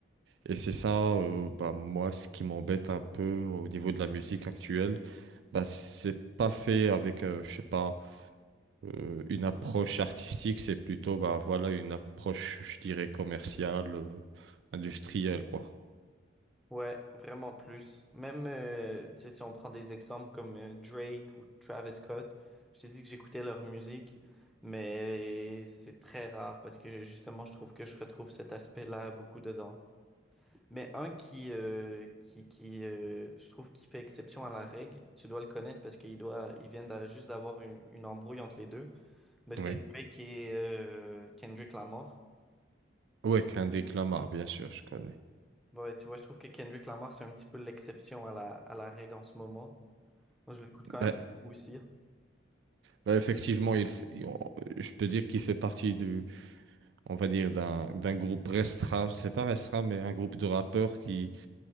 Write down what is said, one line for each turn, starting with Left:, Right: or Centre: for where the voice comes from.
Right: Et c'est ça, euh, bah, moi, ce qui m'embête un peu au niveau de la musique actuelle. Bah, c'est pas fait avec, euh, je sais pas. Euh, une approche artistique, c'est plutôt bah, voilà, une approche, je dirais, commerciale, euh, industrielle, quoi.
Centre: Ouais, vraiment plus. Même euh, tu sais, si on prend des exemples comme euh, Drake ou Travis Scott, je t'ai dit que j'écoutais leur musique, mais c'est très rare parce que justement, je trouve que je retrouve cet aspect-là beaucoup dedans. Mais un qui, euh, qui, qui euh, je trouve, qui fait exception à la règle, tu dois le connaître parce qu'il doit, il vient d'a- juste d'avoir une, une embrouille entre les deux. Mais c'est
Right: Oui.
Centre: lui qui est euh, Kendrick Lamar.
Right: Ouais, Kendrick Lamar, bien sûr, je connais.
Centre: Ouais, tu vois, je trouve que Kendrick Lamar, c'est un petit peu l'exception à la, à la règle en ce moment. Moi, je l'écoute quand
Right: Bah,
Centre: même beaucoup aussi.
Right: bah, effectivement, il, f- il- on- je peux dire qu'il fait partie du, on va dire, d'un d'un groupe restreint, c'est pas restreint, mais un groupe de rappeurs qui,